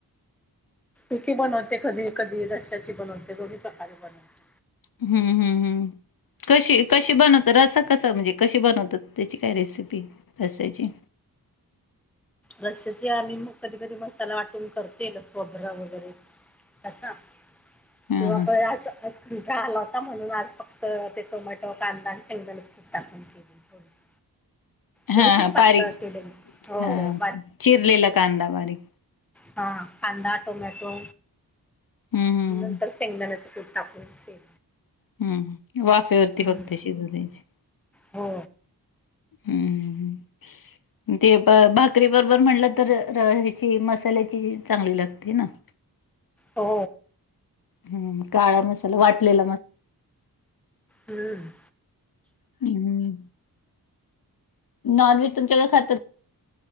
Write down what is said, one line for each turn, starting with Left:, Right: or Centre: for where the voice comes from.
Centre: सुकी बनवते कधी-कधी रस्याची बनवते दोन्ही प्रकारे बनवते.
Left: हम्म हम्म हम्म. कशी कशी बनवत रस्सा कसा म्हणजे कशी बनवतात त्याची काय रेसिपी रस्याची?
Centre: रस्सा चे आम्ही म कधी-कधी मसाला वाटून तर तेलं, खोबरा वगैरे कच्चा
Left: हां
Centre: किंवा
Left: हां.
Centre: पय असा असा <unintelligible> आला होता म्हणून आज फक्त ते टोमॅटो, कांदा आणि शेंगदाणेचा पीठ टाकून केलेली. थोडीशी
Left: हां
Centre: थोडीशीच
Left: हां
Centre: पातळ
Left: बारीक
Centre: केलेली हो
Left: हां
Centre: बरं.
Left: चिरलेला कांदा बारीक
Centre: हा कांदा, टोमॅटो
Left: हम्म हम्म
Centre: नंतर शेंगदाणयाचा पीठ टाकून केली.
Left: हम्म वाफेवरती
Centre: हम्म
Left: फक्त शिजवळलेली.
Centre: हो.
Left: हम्म. ते ब भाकरी बरोबर म्हटलं तर र ह्याची मसाल्याची चांगली लागते ना. ह <inaudible>
Centre: हो.
Left: हम्म, काळा मसाला वाटलेला म
Centre: हम्म.
Left: हम्म. नॉन व्हेज तुमच्याकडे खातात